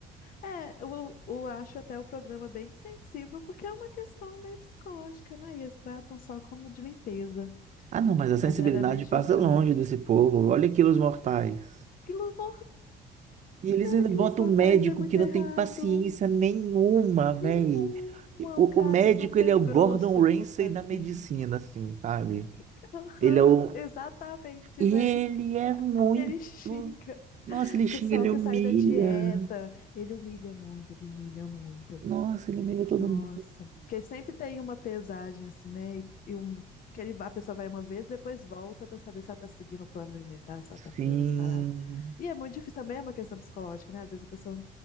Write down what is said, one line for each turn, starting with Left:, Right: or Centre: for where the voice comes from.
Left: É, eu, eu acho até o programa bem sensível, porque é uma questão meio psicológica, né? E eles tratam só como de limpeza.
Right: Ah, não, mas a sensibilidade
Left: Mas era meio chocante.
Right: passa longe desse povo. Olha aqui os mortais.
Left: Quilos mortais,
Right: E eles
Left: cara,
Right: ainda
Left: quilos
Right: botam
Left: mortais
Right: um médico
Left: é muito
Right: que não
Left: errado.
Right: tem paciência nenhuma, velho.
Left: Nenhuma,
Right: O,
Left: o cara
Right: o médico,
Left: é super
Right: ele é o
Left: grosso
Right: Gordon Ramsay
Left: com os pacientes.
Right: da medicina, assim, sabe?
Left: <laughs> Aham,
Right: Ele é o...
Left: exatamente,
Right: Ele
Left: véi.
Right: é muito...
Left: Ele <laughs> xinga.
Right: Nossa, ele xinga,
Left: Pessoal
Right: ele
Left: que
Right: humilha.
Left: sai da dieta, ele humilha muito, ele humilha muito.
Right: Nossa, ele humilha todo
Left: Nossa,
Right: mundo.
Left: porque sempre tem uma pesagem assim, né? E, e um, que ele vai, a pessoa vai uma vez, depois volta pra saber se ela tá seguindo o plano alimentar, se ela tá
Right: Sim.
Left: fazendo as paradas. E é muito difícil também, é uma questão psicológica, né? Às vezes a pessoa